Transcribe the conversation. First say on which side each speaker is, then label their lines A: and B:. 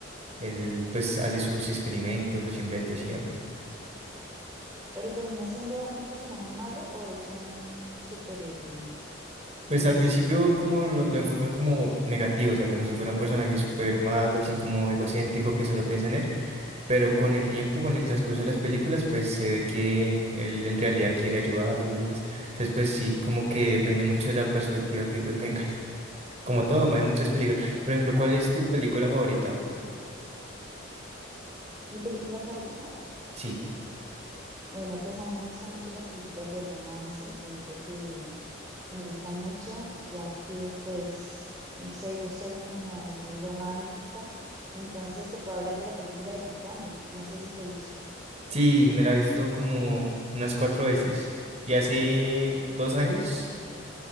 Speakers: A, on the right (about 35°); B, on the right (about 20°).
A: él, pues hace sus experimentos, sus inventos y demás.
B: ¿Pero termina siendo un personaje malo o es un superhéroe
A: Pues
B: en
A: al
B: sí?
A: principio como lo, lo enfocan como negativo, o sea, como si fuera un personaje súper malo, así como egocéntrico que solo piensa en él, pero con el tiempo, con el transcurso de las películas, pues se ve que él en realidad quiere ayudar y demás. Entonces, pues sí, como que depende mucho de la perspectiva que tú tengas. Como todo, hay muchas películas. Por ejemplo, ¿cuál es tu película favorita? Jue?
B: Mi película favorita,
A: Sí.
B: bueno, pues a mí me gustan mucho las películas de romance, siento que me gustan mucho, ya que pues, no sé, yo soy como muy romántica, entonces te puedo hablar de la película de Titanic, no sé si te gusta.
A: Sí, me la he visto como unas cuatro veces. Y hace dos años